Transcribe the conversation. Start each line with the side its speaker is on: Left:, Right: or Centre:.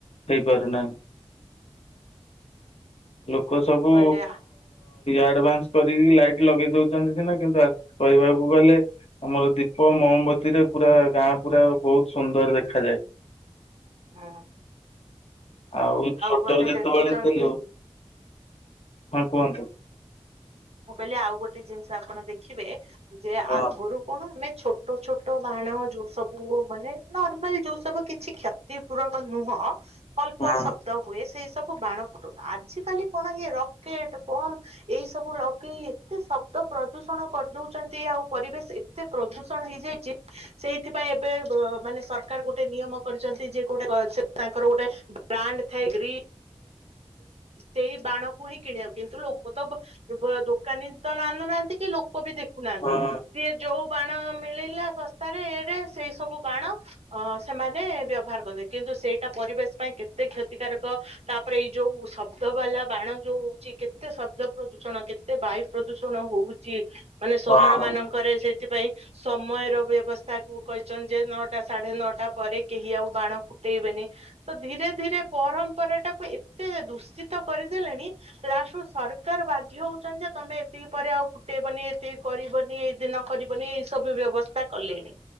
Left: ହେଇପାରୁନାହିଁ। ଲୋକ ସବୁ
Right: ଠିକ କହିଲେ
Left: ଆଡଭାନ୍ସ କରିକି ଲାଇଟ୍ ଲଗେଇ ଦଉଛନ୍ତି ସିନା କିନ୍ତୁ କହିବାକୁ ଗଲେ ଆମର ଦୀପ ମୋମବତୀ ରେ ପୁରା ଗାଁ ପୁରା ବହୁତ ସୁନ୍ଦର ଦେଖାଯାଏ।
Right: ହଁ
Left: ଆଉ ଛୋଟ
Right: ଗୋଟେ
Left: ଯେତେବେଳେ
Right: ଦେଖୁଛନ୍ତି
Left: ଥିଲୁ ହଁ କୁହନ୍ତୁ।
Right: ମୁଁ କହିଲି ଆଉ ଗୋଟେ ଜିନିଷ ଆପଣ ଦେଖିବେ। ଯେ
Left: ହଁ
Right: ଆଗରୁ କଣ ଆମେ ଛୋଟ ଛୋଟ ବାଣ ଯୋଉ ସବୁ ମାନେ ନର୍ମାଲ ଯୋଉ ସବୁ କିଛି କ୍ଷତି ପୂରକ ନୁହଁ। ଅଳ୍ପ
Left: ହଁ
Right: ଶବ୍ଦ ହୁଏ ସେଇ ସବୁ ବାଣ ଫୁଟୁ ଆଜି କାଲି କଣ ରକେଟ ପମ୍ ଏଇ ସବୁ ଏତେ ଶବ୍ଦ ପ୍ରଦୂଷଣ କରିଦଉଛନ୍ତି ଆଉ ପରିବେଶ ଏତେ ପ୍ରଦୂଷଣ ହେଇଯାଇଛି ସେଇଥିପାଇଁ ଏବେ ମାନେ ସରକାର ଗୋଟେ ନିୟମ କରିଛନ୍ତି ଯେ ଗୋଟେ ତାଙ୍କର ଗୋଟେ ବ୍ରାଣ୍ଡ ଥାଏ୍ରୀ ସେଇ ବାଣକୁ ହିଁ କିଣିବାକୁ କିନ୍ତୁ ଲୋକ ତ ଦୋକାନୀ ତ ନାନୁ ନାହାନ୍ତି କେ ଲୋକ ବି ଦେଖ ଦେଖୁନାହାନ୍ତି
Left: ହଁ
Right: ସିଏ ଯୋଉ ବାଣ ମିଳିଲା ଶସ୍ତାରେ ଏରେ ସେଇ ସବୁ ବାଣ ଅ ସେମାନେ ବ୍ୟବହାର କରନ୍ତି କିନ୍ତୁ ସେଇଟା ପରିବେଶ ପାଇଁ କେତେ କ୍ଷତିକାରକ ତାପରେ ଏଇ ଯୋଉ ଶବ୍ଦ ବାଲା ବାଣ ଯୋଉ ହଉଛି କେତେ ଶବ୍ଦ ପ୍ରଦୂଷଣ। କେତେ ବାୟୁ ପ୍ରଦୂଷଣ ହଉଛି। ମାନେ ସହର
Left: ହଁ ହଁ
Right: ମାନଙ୍କରେ ସେ ସେଥିପାଇଁ ସମୟର ବ୍ୟବସ୍ଥା କ କହିଛନ ଯେ ନଅଟା ସାଢେ ନଅଟା ପରେ କେହି ଆଉ ବାଣ ଫୁଟେଇବେନି ତ ଧୀରେ ଧୀରେ ପରମ୍ପରା ଟାକୁ ଏତେ ଦୂଷିତ କରିଦେଲେଣି ଯାହା ସୁ ସରକାର ବାଧ୍ୟ ହଉ ଯେ ତମେ ଏତିକି ପରେ ଆଉ ଫୁଟେଇବନି ଏତିକି କରିବନି ଏଇ ଦିନ କରିବନି ଏଇ ସବୁ ବ୍ୟବସ୍ଥା କଲେଣିି।